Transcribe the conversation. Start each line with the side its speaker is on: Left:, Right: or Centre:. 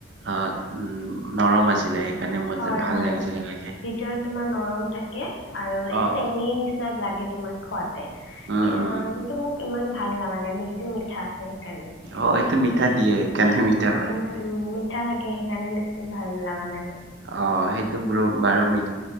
Right: অ উম নৰম আছিলে সেইকাৰণে মই
Left: হয়
Right: যে ভাল
Left: হয়
Right: লাগিছিলে খাই।
Left: ভিতৰত তোমাৰ নৰম থাকে আৰু এ
Right: অ',
Left: চেনীৰ
Right: অ'।
Left: নিচিনা লাগে। তোমাৰ খোৱাতে
Right: উম,
Left: কিন্তু
Right: উম
Left: মোক ইমান ভাল লগা নাই বেছি মিঠা সেইকাৰণে।
Right: অ', এইটো মিঠা দিয়ে সেইকাৰণে মিঠা হয়।
Left: উম উম মিঠা থাকে সেইকাৰণে বেছি ভাল লগা নাই।
Right: অ সেইটো বোৰ বাৰ মি